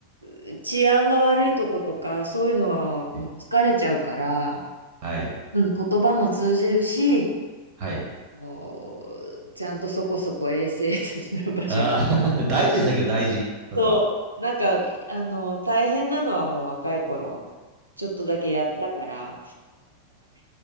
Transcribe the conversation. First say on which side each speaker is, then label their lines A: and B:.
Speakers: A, on the right (about 85°); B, on the right (about 40°).
A: う治安が悪いとことかそういうのはもう疲れちゃうから、
B: はいはい。
A: うん、言葉も通じるし
B: はい。
A: もうちゃんとそこそこ衛生的な場所
B: あー <laughs> 大事ですねけど大事。それは。
A: そうなんかあの大変なのはもう若い頃ちょっとだけやったから